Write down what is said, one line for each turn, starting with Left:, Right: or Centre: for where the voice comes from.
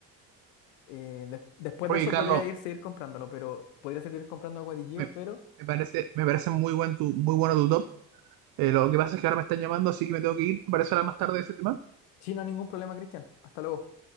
Left: Eh, des- después
Right: Oye,
Left: de eso
Right: Carlos,
Left: podría ir seguir comprándolo, pero podría seguir comprando a Guadillo,
Right: me,
Left: pero
Right: me parece, me parece muy, buen tu, muy bueno tu top. Eh, lo que pasa es que ahora me están llamando, así que me tengo que ir. ¿Te parece hablar más tarde de ese tema?
Left: sí, no hay ningún problema, Cristian. Hasta luego.